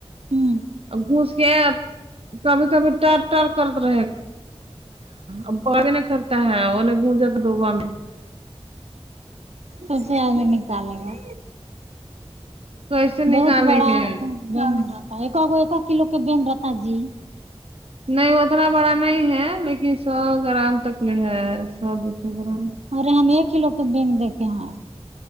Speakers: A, on the right; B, on the right.
A: ہوں
B: گھس کے کبھی کبھی ٹر ٹر کرت رہے ابغ <unintelligible> نہیں کرتا ہے اور گونج جاتا دوبا میں
A: اسے آدمی نکالے گا
B: کیسے نکالیں
A: بہت بڑا
B: گے
A: بیگ رہتا ایک ایک کلو کے بیگ رہتا جی
B: نہیں اتنا بڑا نہیں ہے لیکن سو گرام تک کے ہے سو دو سو گرام
A: ارے ہم ایک کلو کی بینگ دیکھے ہیں